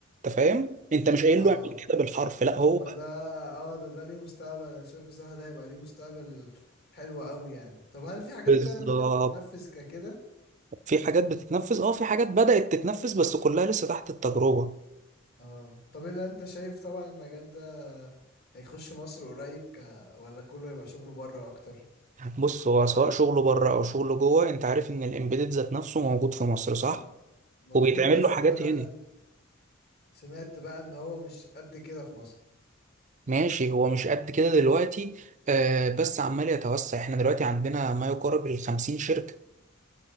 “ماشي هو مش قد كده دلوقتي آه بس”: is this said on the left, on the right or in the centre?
Right